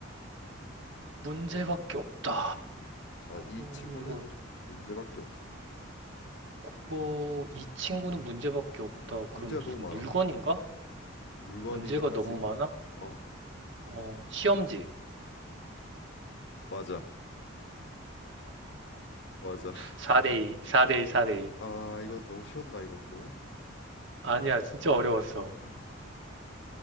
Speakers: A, on the right; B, on the left.
A: 문제밖에 없다.
B: 음. 자, 이
A: 어,
B: 친구는
A: 이거,
B: 문제밖에 없어.
A: 그거, 이 친구는 문제밖에 없다.
B: 음, 문제가
A: 그럼 무슨
B: 너무 많아.
A: 물건인가?
B: 물건이긴
A: 문제가
B: 하지.
A: 너무 많아?
B: 어,
A: 어, 시험지.
B: 맞아. 맞아. <laughs>
A: 4대2, 4대2, 4대2.
B: 아, 이거 너무 쉬웠나, 이것도.
A: 아니야, 진짜 어려웠어.
B: 아,